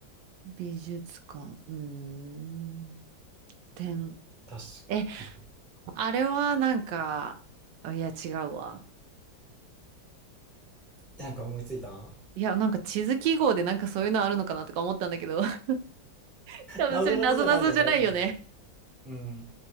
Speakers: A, on the right; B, in the centre.
A: 美術館、うーん、点。
B: 確かに
A: え、あれはなんか、いや、違うわ。
B: えなんか思いついた
A: いや、なんか地図記号でなんかそういうのあるのかなとか思ったんだけど、<laughs> 多分それなぞなぞじゃないよね。
B: 謎々 <laughs> じゃないよね多分うん